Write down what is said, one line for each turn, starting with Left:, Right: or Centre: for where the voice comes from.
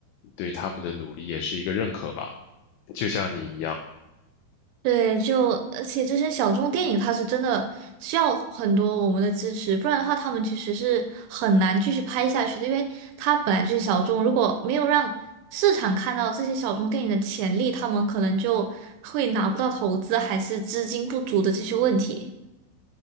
Left: 对他们的努力也是一个认可吧，就像你一样。
Right: 对，就而且这些小众电影，它是真的需要很多我们的支持，不然的话，他们其实是很难继续拍下去的，因为它本来就是小众，如果没有让市场看到这些小众电影的潜力，他们可能就会拿不到投资，还是资金不足的这些问题。